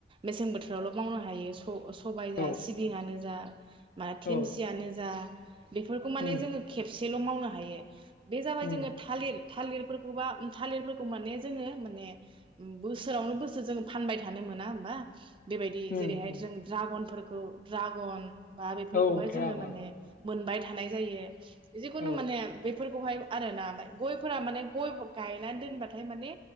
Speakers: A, on the right; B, on the left.
A: मेसें बोथोरावल' मावनो हायो स-स सबाय जा
B: औ
A: सिबिङानो जा ओ मा देमसियानो
B: औ
A: जा बेफोरखौ माने
B: उम
A: जोंङो खेबसे सेल' मावनो हायो। बे जाबाय
B: उम
A: जोङो थालिर थालिरफोरखौबा उम थालिरफोरखौ माने जोङो माने उम बोसोरावनो बोसोर जों फानबाय थानो मोना होमबा। बेबायदि
B: उम
A: जेरैहाय
B: उम
A: जों द्रागन फोरखौ ड्रागन बा बावहाय
B: औ ड्रागन
A: जोङो माने मोनबाय थानाय जायो। जिखुनु
B: औ
A: माने बै फोरखौहाय आरोना गयफोरा माने गय गायनानै दोनबाथाय माने